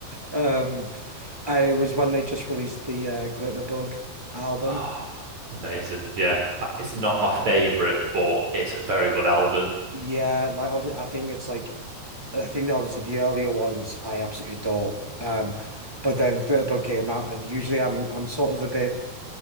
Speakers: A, in the centre; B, on the right.
A: Um, I, it was when they just released the uh, Glitterbug album.
B: Oh, amazing. Yeah. It's not my favorite, but it's a very good album.
A: Yeah, like obvi- I think it's like I think that obviously the earlier ones I absolutely adore. Um, but then Glitterbug came out, and usually I'm I'm sort of a bit.